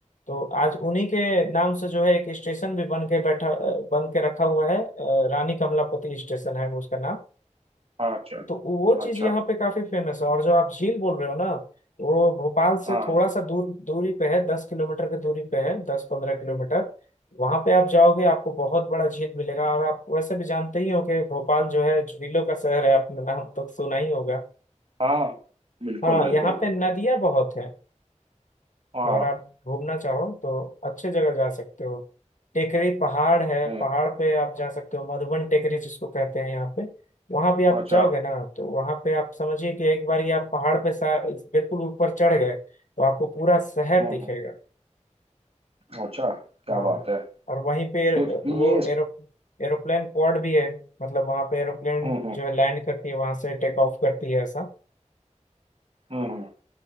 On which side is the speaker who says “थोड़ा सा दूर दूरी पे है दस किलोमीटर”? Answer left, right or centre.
Left